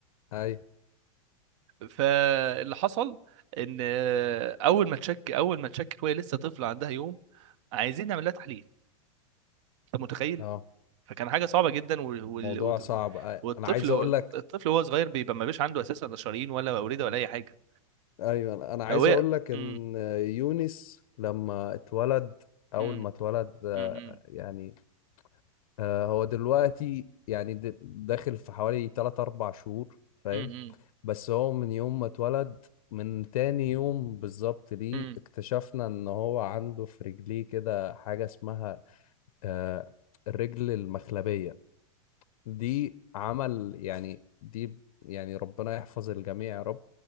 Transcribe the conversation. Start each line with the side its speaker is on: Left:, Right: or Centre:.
Left: ايوه
Right: فاللي حصل ان آه، اول ما تشك اول ما تشكت وهي لسه طفله عندها يوم عايزين نعمل لها تحليل انت متخيل
Left: اه
Right: فكان حاجه صعبه جدا وال... وال...
Left: الموضوع
Right: وال-
Left: صعب أي-
Right: والطفل
Left: انا عايز اقول لك
Right: الطفل وهو صغير بيبقى ما بيش عنده اساسا لا شرايين ولا اورده ولا اي حاجه
Left: ايوه انا أنا عايز
Right: فهو
Left: اقول لك ان
Right: امم
Left: يونس لما اتولد اول
Right: امم
Left: ما اتولد آه،
Right: امم
Left: يعني آه، هو دلوقتي يعني د- داخل في حوالي 3 4 شهور فاهم
Right: امم
Left: بس هو من يوم ما اتولد من تاني يوم بالظبط ليه
Right: امم
Left: اكتشفنا ان هو عنده في رجليه كده حاجة اسمها آه، الرجل المخلبية دي عمل يعني دي يعني ربنا يحفظ الجميع يا رب